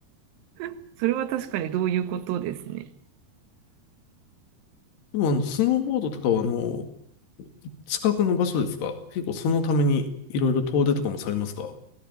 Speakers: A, on the right (about 85°); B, on the left (about 75°).
A: <laughs> それは確かにどういうことですね。
B: でも、あの、スノーボードとかは、あの、近くの場所ですか結構そのために、いろいろ遠出とかもされますか